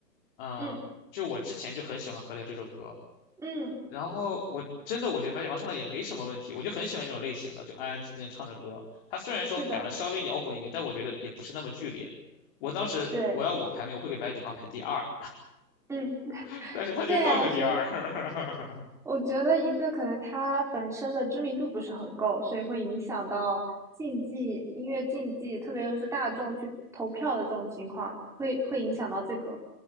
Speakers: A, on the left (about 30°); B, in the centre.
A: 嗯，
B: 嗯
A: 就我之前就很喜欢《河流》这首歌，
B: 嗯，
A: 然后我真的我觉得白举纲唱的也没什么问题，我就很喜欢这种类型的，就安安静静唱的歌。他虽然说改了稍微摇滚一点，
B: 是的，
A: 但我觉得也不是那么剧烈。我当时我要我排名，
B: 对，
A: 我会给白举纲排第二，
B: 嗯
A: <laughs> 但是他就是倒数第二。
B: 对啊，所以
A: <laughs>
B: 我觉得一个可能他本身的知名度不是很够，所以会影响到竞技音乐竞技，特别又是大众去投票的这种情况，会会影响到这个。